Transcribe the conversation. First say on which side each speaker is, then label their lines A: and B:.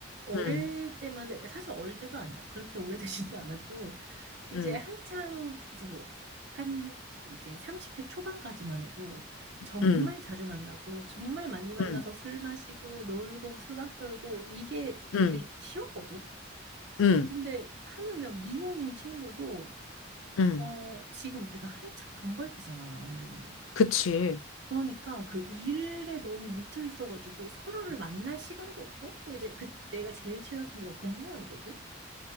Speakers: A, on the right (about 60°); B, on the left (about 85°).
A: 어릴
B: 응,
A: 때만, 사실 어릴 때도 아니야. 그렇게 오래되지도 <laughs> 않았고, 이제
B: 응,
A: 한창, 이제 뭐, 한, 이제 30대 초반까지만 해도 정말
B: 응,
A: 자주 만나고, 정말 많이 만나서
B: 응,
A: 술 마시고, 놀고, 수다 떨고, 이게 되게
B: 응,
A: 쉬웠거든?
B: 응,
A: 근데 하물며 미혼인 친구도,
B: 응.
A: 어, 지금 우리가 한창 돈 벌 때잖아, 언니.
B: 그치.
A: 그러니까 그 일에 너무 미쳐 있어가지고 서로를 만날 시간도 없고 또 이제 그 내가 제일 친한 친구가 공무원이거든.